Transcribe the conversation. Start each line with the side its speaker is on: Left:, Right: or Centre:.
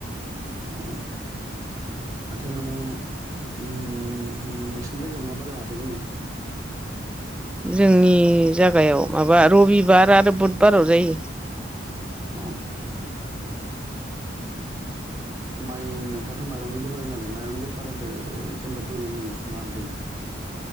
Right: <inaudible> हाथाय माने नोंसिनि जायगायाव मा बारायाव हाथाय जायो? <inaudible>
Centre: जोंनि जागायाव माबा रबिबार आरो बुधबाराव जायो।
Right: अ ओ माइ नोंथाङाथ' माइरंनि बेफार होयो नालाय माइरंनि बेफारखौ जेनेबा बोरै होयो माबोरै?